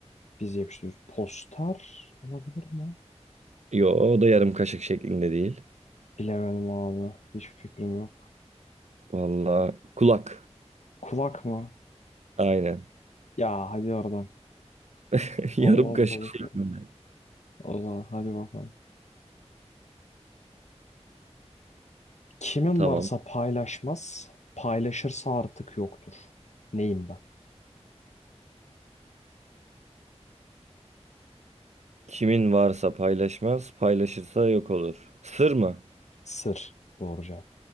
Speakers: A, on the left; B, on the right.
A: Biz yapıştırıyoruz. Poster olabilir mi?
B: Yo o da yarım kaşık şeklinde değil.
A: Bilemedim abi. Hiçbir fikrim yok.
B: Vallahi kulak.
A: Kulak mı?
B: Aynen.
A: Ya hadi oradan.
B: <laughs> Yarım
A: Olmaz
B: kaşık
A: böyle
B: şeklinde.
A: şey. O zaman hadi bakalım. Kimin
B: Tamam.
A: varsa paylaşmaz, paylaşırsa artık yoktur. Neyim ben?
B: Kimin varsa paylaşmaz, paylaşırsa yok olur. Sır mı?
A: Sır. Doğru cevap.